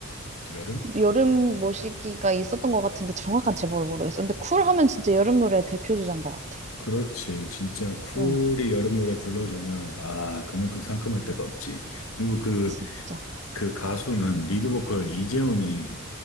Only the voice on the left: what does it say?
여름?
그렇지. 진짜 쿨이
여름 노래 불러주면, 아, 그만큼 상큼할 데가 없지. 그리고 그,
그 가수는 리드 보컬 이재훈이